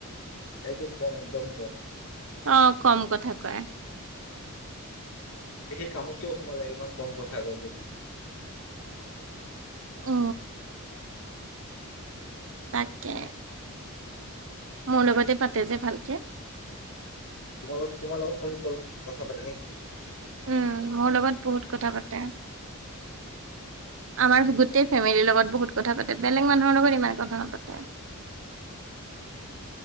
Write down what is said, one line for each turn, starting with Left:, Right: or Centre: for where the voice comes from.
Left: একদম কম একদম কম।
Right: অঁ কম কথা কয়।
Left: তে সি কামত কিয় সোমালে ইমান কম কথা কয় যদি?
Right: অঁ তাকে। মোৰ লগতে পাতে যে ভালকে।
Left: তোমাৰ লগত তোমাৰ লগত ফোন কল কথা পাতে নেকি?
Right: উম, মোৰ লগত বহুত কথা পাতে, আমাৰ গোটেই ফেমেলিৰ লগত বহুত কথা পাতে, বেলেগ মানুহৰ লগত ইমান কথা নাপাতে।